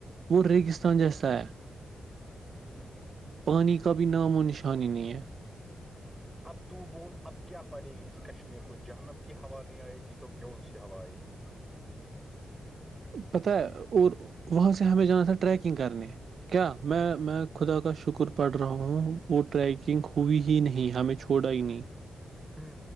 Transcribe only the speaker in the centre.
ہمم
اب تو بول اب کیا پڑے گی اس کشمیر کو جہنم کی ہوا نہیں آئے گی تو کون سی ہوا آئے گی
ہ
ہ